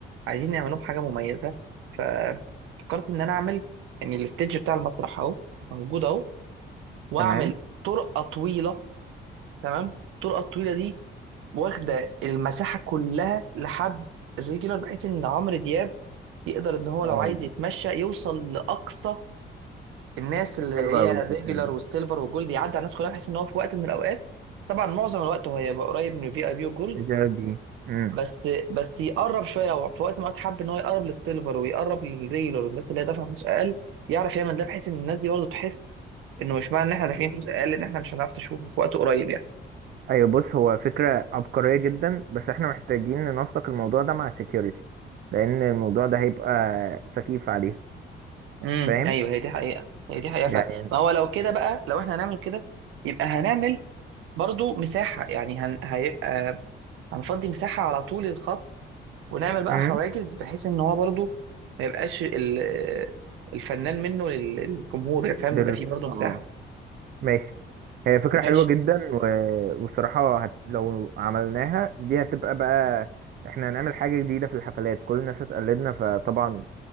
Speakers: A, on the right; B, on the right.
A: عايزين نعمل لهم حاجه مميزه ففكرت ان انا اعمل يعني الستيج بتاع المسرح اهو موجود اهو واعمل
B: تمام
A: طرقه طويله تمام الطرقه الطويله دي واخده المساحه كلها لحد الريجولار بحيث ان عمرو دياب يقدر ان هو
B: اه
A: لو عايز يتمشى يوصل لاقصى الناس اللي هي
B: حلوة أوي
A: الريجولار
B: الفكرة دي
A: والسيلفر والجولد يعدي على الناس كلها بحيث ان هو في وقت من الاوقات طبعا معظم الوقت هو هيبقى قريب من الفي اي بي والجولد
B: الفكرة دي امم
A: بس بس يقرب شويه لو في وقت من الاوقات حب ان هو يقرب للسيلفر ويقرب للريجولار والناس اللي هي دافعه فلوس اقل يعرف يعمل ده بحيث ان الناس دي برضه تحس انه مش معنى ان احنا دافعين فلوس اقل ان احنا مش هنعرف نشوفه في وقت قريب يعني
B: ايوه بص هو فكرة عبقرية جدا بس احنا محتاجين ننسق الموضوع ده مع security لان الموضوع ده هيبقى سخيف عليه
A: امم
B: فاهم
A: ايوه هي دي حقيقه هي دي حقيقه
B: يعني
A: فعلا ما هو لو كده بقى لو احنا هنعمل كده يبقى هنعمل برضه مساحه يعني هن... هيبقى هنفضي مساحة على طول الخط ونعمل بقى
B: امم
A: حواجز بحيث ان هو برضو ما يبقاش ال- الفنان منه لل- للجمهور يعني فاهم
B: دل...
A: يبقى فيه برضو
B: اه
A: مساحة
B: ماشي هي فكرة
A: ماشي
B: حلوة جدا و... والصراحة هت... لو عملناها دي هتبقى بقى احنا هنعمل حاجة جديدة في الحفلات كل الناس هتقلدنا فطبعا